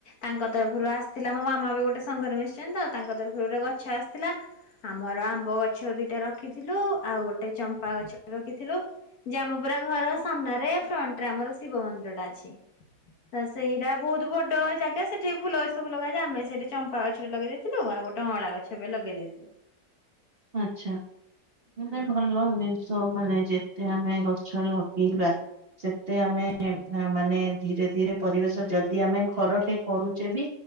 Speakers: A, on the left; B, on the right.
A: ତାଙ୍କ ତରଫରୁ ଆସିଥିଲା ମୋ ମାମା ବି ଗୋଟେ ସଂଘରେ ମିଶିଛନ୍ତି ତ ତାଙ୍କ ତରଫରୁ ଗୋଟେ ଗଛ ଆସିଥିଲା ଆମର ଆମ୍ବ ଗଛ ଦିଇଟା ରଖିଥିଲୁ ଆଉ ଗୋଟେ ଚମ୍ପା ଗଛ ରଖିଥିଲୁ ଜାମୁ ପୁରା ଘର ସାମ୍ନାରେ ଫ୍ରଣ୍ଟ ରେ ଆମର ଶିବ ମନ୍ଦିର ଟା ଅଛି ତ ସେଇଟା ବହୁତ ବଡ ଜାଗା ସେଠି ଫୁଲ ଗଛ ସବୁ ଲଗାଯାଏ ଆମେ ସେଠି ଚମ୍ପା ଗଛଟେ ଲଗେଇ ଦେଇଥିଲୁ ଆଉ ଗୋଟ ଅଁଳା ଗଛ ଏବେ ଲଗେଇ ଦେଇଥିଲୁ।
B: ଆଚ୍ଛା ମାନେ
A: ହଁ
B: ଭଲ ଯେ। ସ ମାନେ ଯେତେ ଆମେ ଗଛ ଲଗେଇବା ସେତେ ଆମେ ମାନେ ଧୀରେ ଧୀରେ ପରିବେଶ ଯଦି ଆମେ ଘରଟେ କରୁଛେ ବି